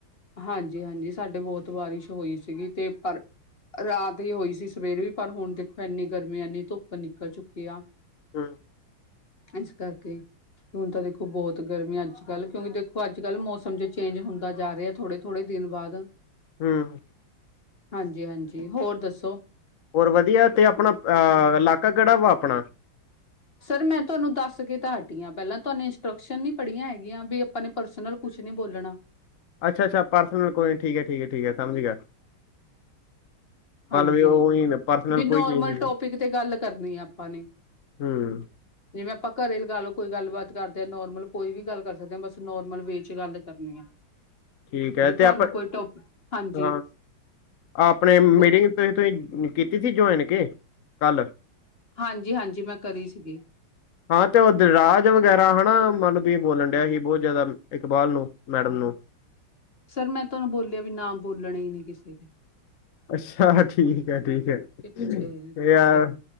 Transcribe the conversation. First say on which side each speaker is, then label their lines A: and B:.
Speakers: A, on the left; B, on the left.
A: ਹਾਂਜੀ-ਹਾਂਜੀ, ਸਾਡੇ ਬੋਹਤ ਬਾਰਿਸ਼ ਹੋਈ ਸੀਗੀ ਤੇ ਪਰ ਰਾਤ ਹੀ ਹੋਈ ਸੀ, ਸਵੇਰੇ ਵੀ ਪਰ ਹੁਣ ਦੇਖੋ, ਐੰਨੀ ਗਰਮੀ ਐਨੀ ਧੁੱਪ ਨਿਕਲ ਚੁੱਕੀ ਆ।
B: ਹੂੰ।
A: ਐਸ ਕਰਕੇ ਈ ਹੁਣ ਤਾਂ ਦੇਖੋ, ਬੋਹਤ ਗਰਮੀ ਅੱਜ-ਕੱਲ੍ਹ ਕਿਉਂਕਿ ਦੇਖੋ, ਅੱਜ-ਕੱਲ੍ਹ ਮੌਸਮ ਚ ਚੇਂਜ ਹੁੰਦਾ ਜਾ ਰੇਹਾ ਥੋੜੇ ਥੋੜੇ ਦਿਨ ਬਾਅਦ
B: ਹੂੰ।
A: ਹਾਂਜੀ-ਹਾਂਜੀ, ਹੋਰ ਦੱਸੋ।
B: ਹੋਰ ਵਧੀਆ ਤੇ ਅਪਣਾ ਅ ਲਾਕਾ ਕੇੜਾ ਵਾ ਆਪਣਾ?
A: ਸਰ, ਮੈਂ ਤੁਆਨੂੰ ਦੱਸ ਕੇ ਤਾਂ ਹਟੀ ਹਾਂ ਪੈਲਾਂ ਤੁਆਨੂੰ ਇੰਸਟਰਕਸ਼ਨ ਨੀ ਪੜ੍ਹੀਆਂ ਹੈਗੀਆਂ ਬੀ- ਆਪਾਂ ਨੇ ਪਰਸਨਲ ਕੁਛ ਨੀ ਬੋਲਣਾ।
B: ਅੱਛਾ-ਅੱਛਾ, ਪਰਸਨਲ ਕੋਈ ਠੀਕ ਹੈ-ਠੀਕ ਹੈ-ਠੀਕ ਹੈ ਸਮਝ ਗਯਾ।
A: ਹਾਂਜੀ,
B: ਵੀ ਉਹੀ ਪਰਸਨਲ
A: ਬੀ ਨੋਰਮਲ
B: ਕੋਈ ਚੀਜ਼ ਨਹੀਂ
A: ਟੋਪਿਕ ਤੇ ਗੱਲ ਕਰਨੀ ਆ ਆਪਾਂ ਨੇ।
B: ਹੂੰ
A: ਜਿਵੇਂ ਆਪਾਂ ਘਰੇ ਲਗਾ ਲਓ ਕੋਈ ਗੱਲਬਾਤ ਕਰਦੇ ਹਾਂ, ਨੋਰਮਲ ਕੋਈ ਵੀ ਗੱਲ ਕਰ ਸਕਦੇ ਹਾਂ, ਬਸ ਨੋਰਮਲ ਵੇ ਚ ਗੱਲ ਕਰਨੀ ਆ।
B: ਠੀਕ ਹੈ
A: ਜੇ ਤੁਹਾਨੂੰ
B: ਤੇ ਆਪ
A: ਕੋਈ ਟੋਕ ਹਾਂਜੀ
B: ਹਾਂ ਆਪਣੇ ਮੀਟਿੰਗ
A: ਬ
B: ਤੁਹੀ ਤੁਸੀਂ ਕੀਤੀ ਸੀ ਜੋਏਨ ਕੇ ਕੱਲ੍ਹ
A: ਹਾਂਜੀ-ਹਾਂਜੀ ਮੈਂ ਕਰੀ ਸੀਗੀ।
B: ਹਾਂ ਤੇ ਓ ਦਿਲਰਾਜ ਵਗੈਰਾ ਹਨਾ ਮਤਲਬ ਵੀ ਬੋਲਣ ਡਿਆ ਸੀ ਬਹੁ ਜ਼ਾਦਾ ਇਕਬਾਲ ਨੂੰ। ਮੈਡਮ ਨੂੰ।
A: ਸਰ ਮੈਂ ਤਾਨੂੰ ਬੋਲੇਆ ਵੀ ਨਾਮ ਬੋਲਨੇ ਈ ਨੀ ਕਿਸੇ ਦੇ।
B: ਅੱਛੇਆ ਠੀਕ ਐ-ਠੀਕ ਐ,
A: ਕਿੱਥੇ
B: ਓ ਯਾਰ
A: ਲੋਕ